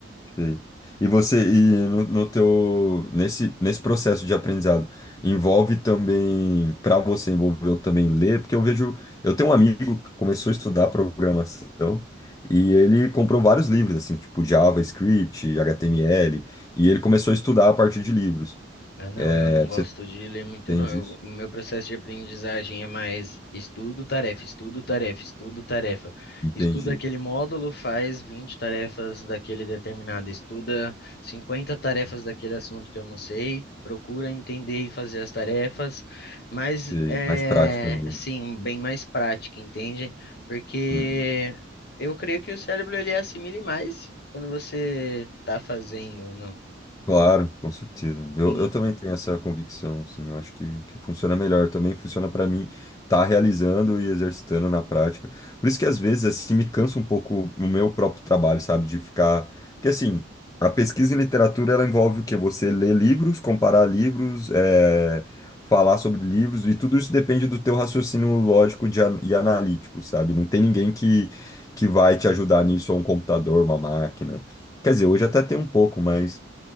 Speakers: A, on the left; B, on the left.
A: Sei. E você, e no, no teu, nesse, nesse processo de aprendizado, envolve também, para você, envolveu também ler, porque eu vejo, eu tenho um amigo que começou a estudar programação e ele comprou vários livros, assim, tipo JavaScript, HTML, e ele começou a estudar a partir de livros.
B: Ah, não,
A: É,
B: eu não gosto
A: você
B: de ler muito,
A: entende
B: não. Eu-
A: isso?
B: o meu processo de aprendizagem é mais estudo, tarefa, estudo, tarefa, estudo, tarefa.
A: Entendi.
B: Estuda aquele módulo, faz 20 tarefas daquele determinado, estuda 50 tarefas daquele assunto que eu não sei, procura entender e fazer as tarefas, mas
A: Sei,
B: é,
A: mais prática mesmo.
B: assim, bem mais prática, entende? Porque
A: Uhum.
B: eu creio que o cérebro ele assimile mais quando você está fazendo, não?
A: Claro, com certeza. Eu,
B: Em,
A: eu também tenho essa convicção, assim, eu acho que, que funciona melhor. Também funciona para mim estar realizando e exercitando na prática. Por isso que às vezes, assim, me cansa um pouco o meu próprio trabalho, sabe? De ficar. Porque, assim, a pesquisa em literatura, ela envolve o quê? Você ler livros, comparar livros, é falar sobre livros, e tudo isso depende do teu raciocínio lógico de an- e analítico, sabe? Não tem ninguém que, que vai te ajudar nisso, ou um computador, uma máquina. Quer dizer, hoje até tem um pouco, mas.